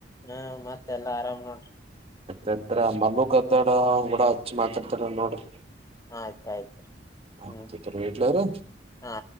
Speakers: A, on the left; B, on the right.
A: ಹ್ಮ ಮತ್ತೆ ಎಲ್ಲಾ ಆರಾಮ್ ನೋಡ್ರಿ
B: ಮಯ್ತ್ರ ಮನು ಗದ್ದಡ ಕೂಡ ಹಚ್ಚ ಮಾತಾಡ್ತಾರ ನೋಡ್ರಿ
A: ಆಯ್ತಾಆಯ್ತುರಿ
B: ಆಯ್ತ್
A: ಹ್ಮ್
B: ತೋರಿ ಇಡ್ಲರಿ
A: ಹಾ